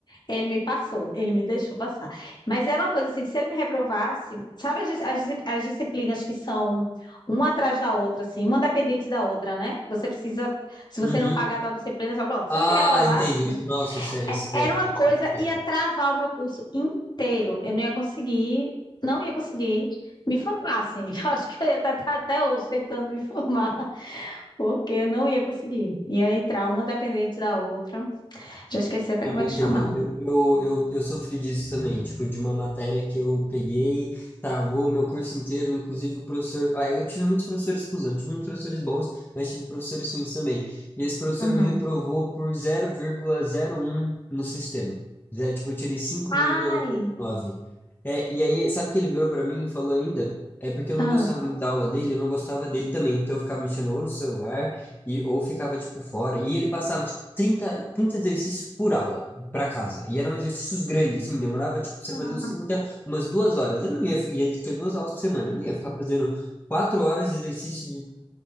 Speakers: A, on the left; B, on the left.
A: Ele me passou, ele me deixou passar. Mas era uma coisa assim, que se ele me reprovasse, sabe as, dis- as dis- as disciplinas que são uma atrás da outra, assim, uma dependente da outra, né? Você precisa, se você
B: Uhum.
A: não pagar tal disciplina, só pronto.
B: Ah,
A: Se ele me reprovasse,
B: entendo. Isso- Nossa, isso é,
A: é-
B: isso
A: era
B: é,
A: uma coisa,
B: isso é pegado.
A: ia travar o meu curso inteiro. Eu não ia conseguir, não ia conseguir me formar, assim. <laughs> Eu acho que eu ia estar até hoje tentando me formar, porque eu não ia conseguir. Ia entrar uma dependente da outra. Já esqueci até
B: Eu
A: como é que
B: entendo,
A: chamava.
B: eu, eu, eu, eu sofri disso também, tipo, de uma matéria que eu peguei, travou meu curso inteiro, inclusive o professor. Ah, eu tive muitos professores cuzão, tive muitos professores bons, mas tive professores ruins também. E esse professor
A: Uhum.
B: me reprovou por zero zero vírgula zero um no sistema. Zé, tipo, eu tirei cinco
A: Ai!
B: vírgula noventa e nove É, e aí, sabe o que ele virou pra mim e falou ainda? É porque eu
A: Ah,
B: não gostava muito da aula dele, eu não gostava dele também. Então eu ficava mexendo ou no celular, e, ou ficava, tipo, fora. E ele passava, tipo, trinta trinta exercícios por aula para casa. E eram exercícios grandes, assim, demorava, tipo, você
A: Ah.
B: fazer os 30, umas duas horas. Eu não ia, ia ter duas aulas por semana, eu não ia ficar fazendo quatro horas de exercício de,